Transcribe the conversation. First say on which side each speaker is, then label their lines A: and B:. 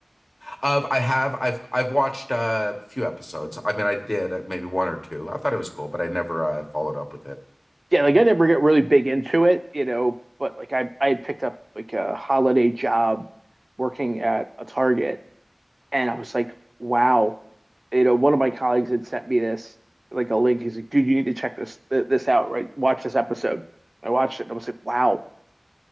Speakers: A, on the left; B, on the right.
A: Of I have I've I've watched uh, a few episodes. I mean, I did uh, maybe one or two. I thought it was cool, but I never uh, followed up with it.
B: Yeah, like I never get really big into it, you know, but like I I had picked up like a holiday job working at a Target And I was like, wow. You know, one of my colleagues had sent me this, like a link. He's like, dude, you need to check this th- this out, right? Watch this episode. I watched it and I was like, wow,